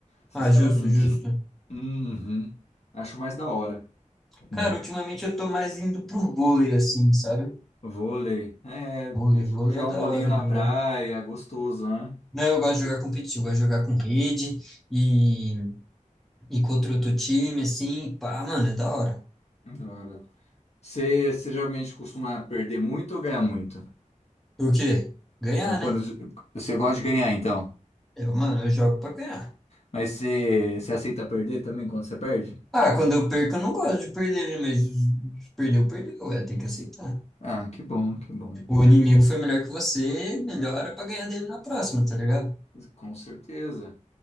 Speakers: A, on the left; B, in the centre.
A: Sinceramente.
B: Ah, justo, justo.
A: Uhum. Acho mais da hora, né?
B: Cara, ultimamente eu tô mais indo pro vôlei, assim, sabe?
A: Vôlei. É,
B: Vôlei,
A: jo-
B: vôlei
A: jogar
B: é da
A: um bolinho
B: hora
A: na
B: de
A: praia,
B: jogar.
A: gostoso, né?
B: Não, eu gosto de jogar competitivo, eu gosto de jogar com rede e, e contra outro time, assim, pá, mano, é da hora.
A: Da hora. Você, você geralmente costuma perder muito ou ganhar muito?
B: O quê? Ganhar,
A: É, Quando
B: né?
A: você gosta de ganhar, então.
B: Eu, mano, eu jogo pra ganhar.
A: Mas você, você aceita perder também quando você perde?
B: Ah, quando eu perco, eu não gosto de perder, né? Mas perdeu, perdeu. É, tem que aceitar.
A: Ah, que bom, que bom.
B: Tipo, O inimigo foi melhor que você, melhora pra ganhar dele na próxima, tá ligado?
A: Com certeza.